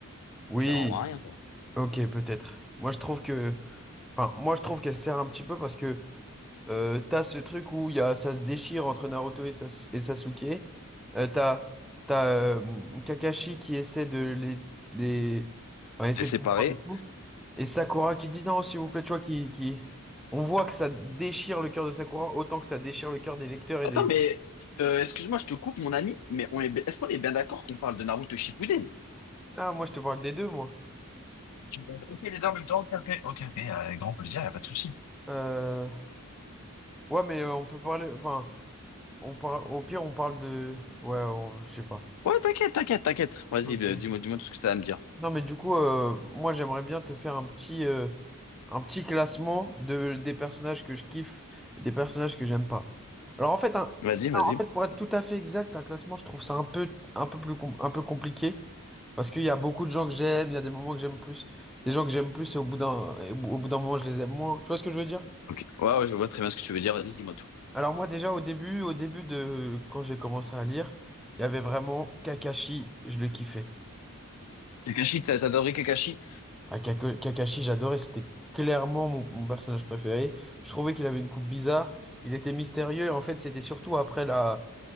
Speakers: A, in the centre; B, on the left.
A: Oui,
B: Elle sert vraiment à rien quoi.
A: ok, peut-être. Moi, je trouve que, enfin, moi, je trouve qu'elle sert un petit peu parce que euh, t'as ce truc où il y a, ça se déchire entre Naruto et, Sas- et Sasuke. Euh, t'as t'as euh, Kakashi qui essaie de les, les... enfin, essaie
B: Les séparer.
A: de comprendre et tout. Et Sakura qui dit non, s'il vous plaît, tu vois, qui, qui... On voit que ça déchire le cœur de Sakura autant que ça déchire le cœur des lecteurs et
B: Attends,
A: des...
B: mais euh, excuse-moi, je te coupe, mon ami, mais on est, bi- est-ce qu'on est bien d'accord qu'on parle de Naruto Shippuden?
A: Ah, moi, je te parle des deux, moi.
B: Tu peux- Ok, les deux en même temps, ok, ok, ok, ok, avec grand plaisir, y a pas de souci.
A: Euh, Ouais, mais euh, on peut parler. Enfin, on parle. Au pire, on parle de. Ouais, on- je sais pas.
B: Ouais, t'inquiète, t'inquiète, t'inquiète. Vas-y,
A: Ok.
B: euh, dis-moi, dis-moi tout ce que t'as à me dire.
A: Non, mais du coup, euh, moi, j'aimerais bien te faire un petit, euh, un petit classement de des personnages que je kiffe et des personnages que j'aime pas. Alors, en fait, un-
B: Vas-y, vas-y.
A: en fait, pour être tout à fait exact, un classement, je trouve ça un peu, un peu plus, com- un peu compliqué parce qu'il y a beaucoup de gens que j'aime. Il y a des moments que j'aime plus, des gens que j'aime plus, et au bout d'un, et au bout d'un moment, je les aime moins. Tu vois ce que je veux dire?
B: Ok. Ouais, ouais, je vois très bien ce que tu veux dire. Vas-y, dis-moi tout.
A: Alors moi déjà au début, au début de quand j'ai commencé à lire, il y avait vraiment Kakashi, je le kiffais.
B: Kakashi, t'as t'as adoré Kakashi?
A: Ah, Kaka- Kakashi, j'adorais, c'était clairement mon, mon personnage préféré. Je trouvais qu'il avait une coupe bizarre, il était mystérieux et en fait c'était surtout après la,